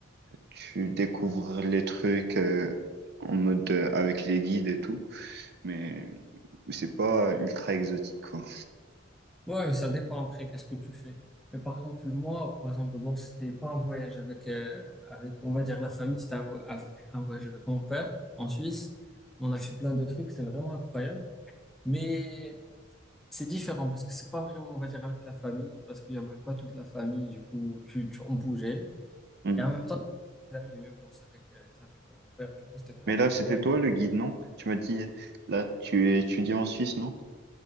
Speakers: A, on the right; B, in the centre.
A: tu découvres les trucs euh, en mode euh, avec les guides et tout, mais c'est pas ultra exotique, quoi.
B: Ouais, ça dépend après, qu'est-ce que tu fais. Mais par exemple, moi, par exemple, bon, c'était pas un voyage avec, euh, avec, on va dire, la famille, c'était un, vo- av- un voyage avec mon père en Suisse. On a fait plein de trucs, c'était vraiment incroyable. Mais c'est différent parce que c'est pas vraiment, on va dire, avec la famille, parce qu'il y avait pas toute la famille, du coup, tu, tu, on bougeait.
A: Mm.
B: Et en même temps, les amis, eux, bon, ça fait que, ça fait que mon père, du coup, c'était vraiment
A: Mais là,
B: incroyable.
A: c'était toi le guide, non? Tu m'as dit, là, tu es étudiant en Suisse, non?